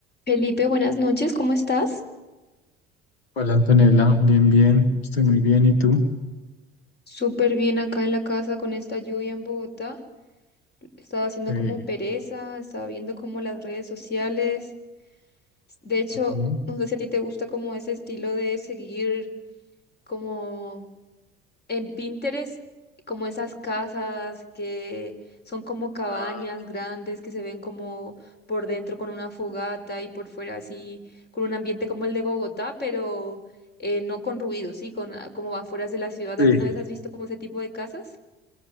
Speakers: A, on the left (about 30°); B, on the left (about 80°).
A: Felipe, buenas noches, ¿cómo estás?
B: Hola Antonella, bien, bien, estoy muy bien, ¿y tú?
A: Súper bien acá en la casa con esta lluvia en Bogotá. Estaba haciendo
B: Sí.
A: como pereza, estaba viendo como las redes sociales. De hecho,
B: ujú.
A: no sé si a ti te gusta como ese estilo de seguir como En Pinterest, como esas casas que son como cabañas
B: Ah,
A: grandes que se ven como por dentro con una fogata y por fuera así, con un ambiente como el de Bogotá, pero eh, no con ruido, sí, con ah, como afueras de la ciudad.
B: sí.
A: ¿Alguna vez has visto como ese tipo de casas?